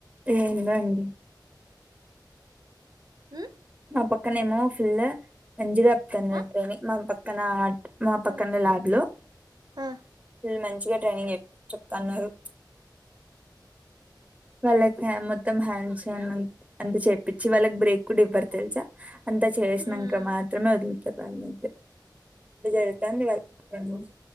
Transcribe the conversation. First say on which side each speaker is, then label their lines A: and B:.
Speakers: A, on the right (about 15°); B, on the right (about 60°).
A: ఏందో అండి
B: హ్
A: మా పక్కనేమో ఫుల్ మంచిగా చెప్తున్నారు
B: ఆ
A: ట్రైని మా పక్కనా మా పక్కన
B: ఉమ్
A: ల్యాబ్లో
B: ఆ
A: ఫుల్లు మంచిగా ట్రైనింగ్ చెప్ చెప్తన్నారు. వాళ్ళకి హ మొత్తం హ్యాండ్స్ ఆన్ అంత అంత చేపిచ్చి వాళ్ళకు బ్రేక్ కూడా ఇవ్వరు తెలుసా. అంతా చేసినంకా
B: ఉమ్
A: మాత్రమే వదులుతరు వాళ్ళనైతే. జరుగుతాంది వా <inaudible> ట్రైనింగ్.